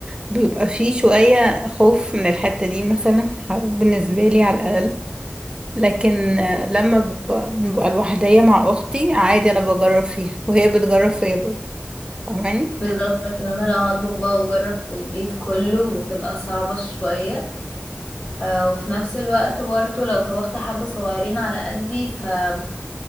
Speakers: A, on the right; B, on the left.
A: بيبقى فيه شوية خوف من الحتة دي مثلا ح- بالنسبة لي على الأقل لكن آه، لما ببقى ببقى لوحدية مع أختي عادي أنا بجرب فيها وهي بتجرب فيا برضه فاهماني؟
B: بالظبط لكن انا لو هطبخ بقى واجرب في البيت كله بتبقى صعبه شويه آه، وفي نفس الوقت برضو لو طبخت حبة صغيرين على قدي فمش